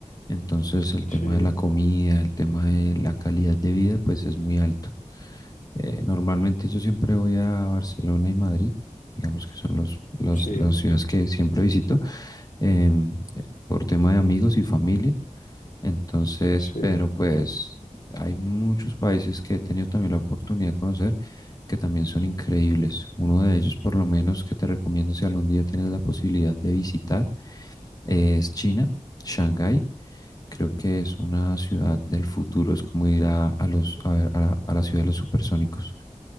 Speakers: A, on the left; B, on the left.
A: Entonces el
B: Sí,
A: tema de la comida, el tema de la calidad de vida, pues es muy alto. Eh, normalmente yo siempre voy a Barcelona y Madrid, digamos que son los, los-
B: sí,
A: las ciudades que siempre visito, em, eh, por tema de amigos y familia. Entonces,
B: sí.
A: pero pues hay muchos países que he tenido también la oportunidad de conocer que también son increíbles. Uno de ellos, por lo menos, que te recomiendo si algún día tienes la posibilidad de visitar, es China, Shanghái. Creo que es una ciudad del futuro, es como ir a, a los, a, ver, a la a la ciudad de los supersónicos.